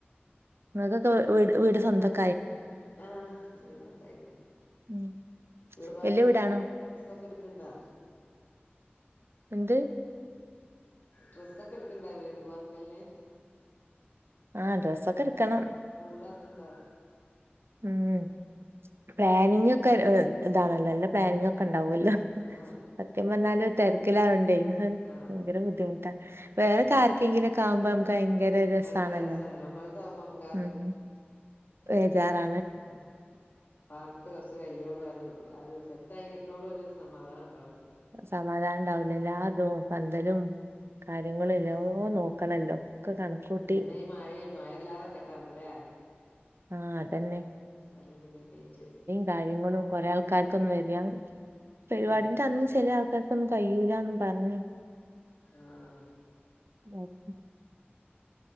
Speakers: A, on the right (about 75°); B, on the left (about 50°).
A: ങ്ങക്കൊക്കെ വ് വീട് വീട് സൊന്തക്.
B: ന്തക്കായിണ് ആഹ് വീട് സ്വന്തായ്ക്ണ്
A: ഉം
B: വീട് പാക്കൽന്.
A: വല്യ വീടാണോ
B: ഡെസൊക്കെട്ക്ക്ണ്ടാ?
A: എന്ത്?
B: ഡ്രസ്സൊക്കെട്ക്ക്ണ്ടാ വീട് പാർക്കൽന്.
A: ആഹ് ഡ്രസ്സൊക്കെട്ക്കണം.
B: കൂടാക്ക്ണ്ടാ?
A: ഉം പ്ലാനിങ്ങൊക്കെ ഹ് താണല്ലോ ഇല്ല പ്ലാനിങ്ങൊ ക്കണ്ടാവൊല്ലോ
B: ആ
A: സത്യം പർഞ്ഞാല് തെര്ക്കിലാവണ്ടയ് ഹ്
B: ആ
A: ഭയങ്കര ബുദ്ധിമുട്ട. വേറെക്കാര്ക്കെങ്കിലൊക്കാവുമ്പ
B: ആ.
A: നമക്ക് ഭയങ്കര രസാണല്ലോ
B: അതിന്റെ രസമാണ് നമ്മളതാവുമ്പോ നമുക്ക്
A: ഉം. വേജാറാ.
B: വേജാറാ ഉം പാർത്ത് കൊർച്ച് കയ്യോളു ആഒരു ആ രു സെ തായി കിട്ടോളൊരു സമാധാനണ്ടാവുല.
A: സമാധാനണ്ടാവൂല ല്ലാതും പന്തലും. കാര്യങ്ങളു
B: ഉം.
A: എല്ലാ
B: ഉം.
A: നോക്കണല്ലോ ഒക്കെ കണ്ക്കൂട്ടി.
B: പിന്നെ ഈ മഴിം. മയല്ലാതക്കട്ടന്ന് ലേ
A: ആ അതന്നെ
B: ചളി പിളികയ്റ്റ്.
A: ദാര്യങ്ങളും കൊറേ ആൾക്കാര്ക്കൊന്നു വര്യാ പരിപാടിന്റന്ന്
B: ഉം
A: ചെലെ ആൾക്കാര്ക്കൊന്നും കയ് യ്യൂലന്നും പർഞ്.
B: ആഹ്.
A: ദാക്ക്.